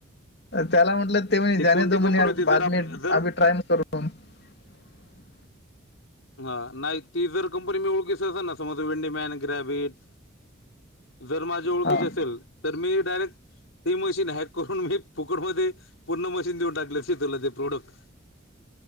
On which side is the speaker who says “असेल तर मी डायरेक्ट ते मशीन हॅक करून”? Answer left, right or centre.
Left